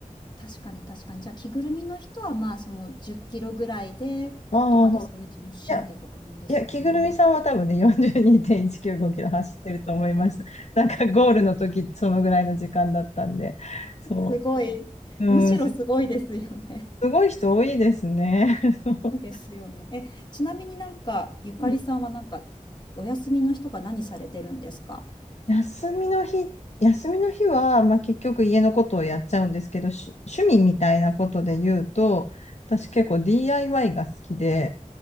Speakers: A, on the left (about 35°); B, on the left (about 55°).
A: 確かに確かに。じゃあ着ぐるみの人はまあその10キロぐらいでとかですかね。
B: ああ、
A: 楽しんでとかなんですかね。
B: いや、いや、着ぐるみさんは多分ね、42.195キロ走ってると思いました。なんかゴールの時、そのぐらいの時間だったんで、そ
A: すごい。
B: う。うん、
A: むしろすごいですよね。
B: すすごい人多いですね。<laughs>
A: すごいですよね。え、ちなみになんか、ゆかりさんはなんか、
B: うん。
A: お休みの日とか何されてるんですか
B: 休みの日、休みの日は、まあ、結局家のことをやっちゃうんですけど、し趣味みたいなことで言うと、私結構 DIY が好きで、